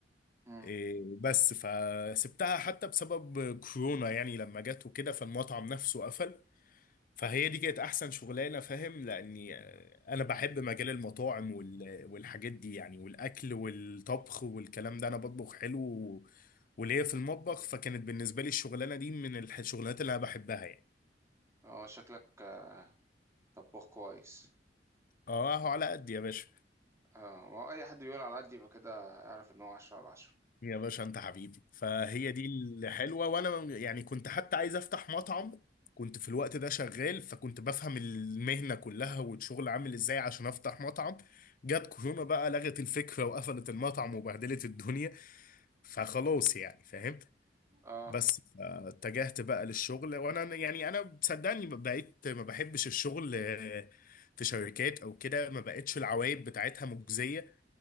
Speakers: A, on the right; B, on the left.
A: امم
B: آه، بس فسبتها حتى بسبب كورونا يعني لما جت وكده فالمطعم نفسه قفل فهي دي كانت احسن شغلانه فاهم لاني آه، انا بحب مجال المطاعم وال- والحاجات دي يعني والاكل والطبخ والكلام ده انا بطبخ حلو و- وليا في المطبخ فكانت بالنسبه لي الشغلانه دي من الح- الشغلانات اللي انا بحبها يعني
A: اه شكلك آه، طباخ كويس
B: اه على قد يا باشا
A: اه ما هو اي حد بيقول على قد يبقى كده اعرف ان هو عشرة على عشرة
B: يا باشا انت حبيبي فهي دي الحلوه وانا يعني كنت حتى عايز افتح مطعم كنت في الوقت ده شغال فكنت بفهم المهنه كلها والشغل عامل ازاي عشان افتح مطعم جت كورونا بقى لغت الفكره وقفلت المطعم وبهدلت الدنيا فخلاص يعني فاهم
A: اه
B: بس اتجهت بقى للشغل وانا يعني انا صدقني بقيت ما بحبش الشغل آه، في شركات او كده ما بقتش العوايد بتاعتها مجزيه